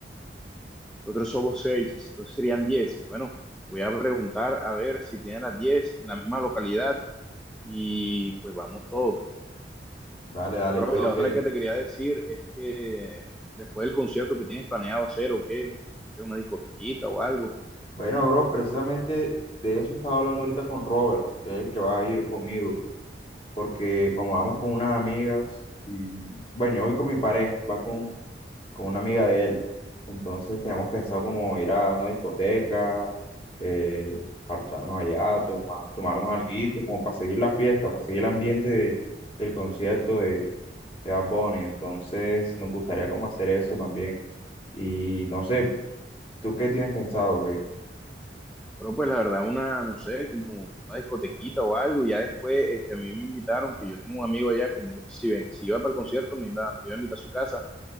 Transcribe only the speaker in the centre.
Nosotros somos seis, entonces serían diez. Bueno, voy a preguntar a ver si tienen las diez en la misma localidad y pues vamos todos.
Bro,
y la
otra que te quería decir es que después del concierto que tienes planeado hacer o qué, o sea, una discotequita o algo.
Pero pues la verdad, una, no sé, como una discotequita o algo. Y ya después, este, a mí me invitaron, que yo tengo un amigo allá que me dijo que si, ven, si iba para el concierto, me iba, me iba a invitar a su casa.